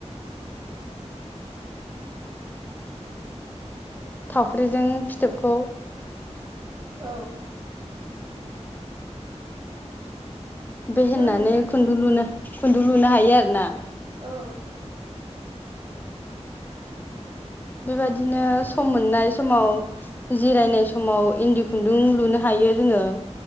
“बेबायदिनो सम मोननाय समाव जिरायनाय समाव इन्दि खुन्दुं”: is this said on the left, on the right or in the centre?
Left